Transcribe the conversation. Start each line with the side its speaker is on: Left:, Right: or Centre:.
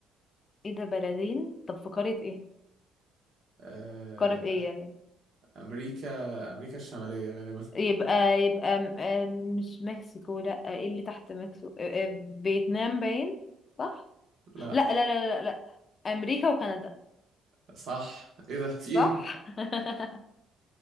Left: ايه ده بلدين طب في قارة ايه
Right: آه
Left: قارة ايه يعني
Right: امريكا امريكا الشمالية غالبا
Left: يبقى يبقى م- آه، مش مكسيكو لا ايه اللي تحت مكسيكو آه، آه، فيتنام باين صح
Right: <laughs> لا
Left: لا لا لا لا, لا. امريكا وكندا
Right: صح ايه ده في ايه
Left: صح <laughs>